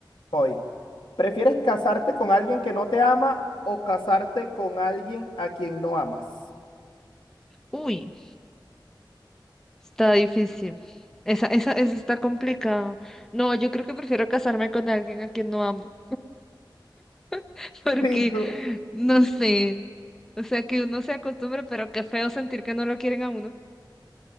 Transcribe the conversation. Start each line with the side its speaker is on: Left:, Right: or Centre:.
Left: voy. ¿Prefieres casarte con alguien que no te ama o casarte con alguien a quien no amas?
Centre: uy, está difícil. Esa, esa, esa está complicada. No, yo creo que prefiero casarme con alguien a quien no amo, <laughs> porque
Left: Sí, tú.
Centre: no sé. O sea, que uno se acostumbre, pero qué feo sentir que no lo quieren a uno.